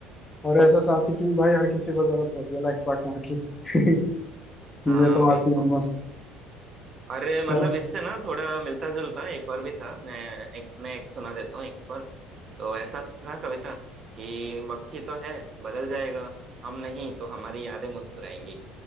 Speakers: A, on the left; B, on the right.
A: और ऐसा साथी की भाई हर किसी को जरूरत होती है लाइफ पार्टनर की <laughs>
B: हाँ
A: ये तो
B: वही
A: वाकई
B: तो
A: में बहुत
B: अरे मतलब
A: चल
B: इससे ना थोड़ा मिलता जुलता एक और भी था मैं एक मैं एक सुना देता हूँ एक और तो ऐसा था कविता कि वक्त ही तो है बदल जाएगा हम नहीं तो हमारी यादें मुस्कुराएंगी